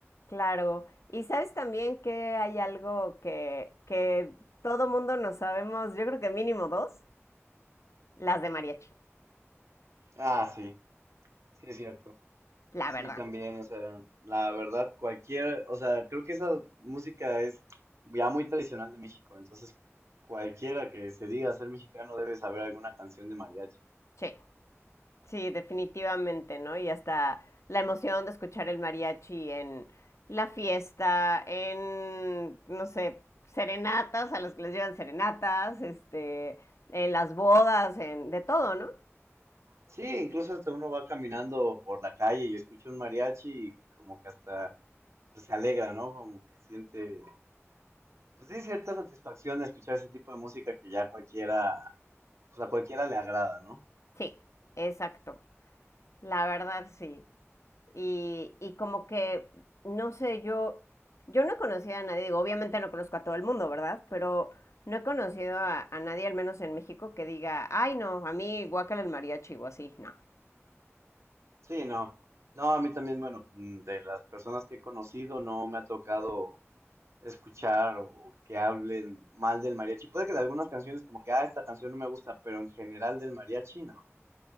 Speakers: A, on the left (about 75°); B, on the right (about 75°).
A: claro. Y sabes también que hay algo que, que todo mundo nos sabemos, yo creo que mínimo dos, las de mariachi,
B: Ah, sí, sí es cierto.
A: la
B: Sí,
A: verdad,
B: también, o sea, la verdad, cualquier, o sea, creo que esa música es ya muy tradicional de México, entonces cualquiera que se diga ser mexicano debe saber alguna canción de mariachi.
A: sí. Sí, definitivamente, ¿no? Y hasta la emoción de escuchar el mariachi en la fiesta, en, no sé, serenatas, a los que les llevan serenatas, este, en las bodas, en, de todo, ¿no?
B: Sí, incluso hasta uno va caminando por la calle y escucha un mariachi y como que hasta pues, se alegra, ¿no? Como que siente Pues sí, cierta satisfacción de escuchar ese tipo de música que ya cualquiera, pues a cualquiera le agrada, ¿no?
A: Sí, exacto. La verdad, sí. Y, y como que, no sé, yo, yo no he conocido a nadie, digo, obviamente no conozco a todo el mundo, ¿verdad? Pero no he conocido a, a nadie, al menos en México, que diga, ay, no, a mí guácala el mariachi o así, no.
B: Sí, no. No, a mí también, bueno, mm, de las personas que he conocido no me ha tocado escuchar o, o que hablen mal del mariachi. Puede que de algunas canciones como que, ah, esta canción no me gusta, pero en general del mariachi no.